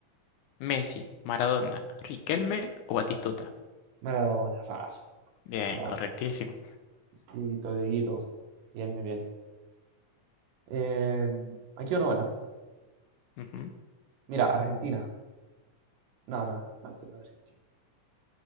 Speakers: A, on the left; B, on the right.
A: Messi, Maradona, Riquelme o Batistuta.
B: Maradona, fácil.
A: Bien,
B: Para
A: correctísimo.
B: Dieguito, Dieguito. Bien, muy bien. Eh, aquí una buena.
A: Ujú.
B: Mira, Argentina. No, no, no, no, este no es de Argentina.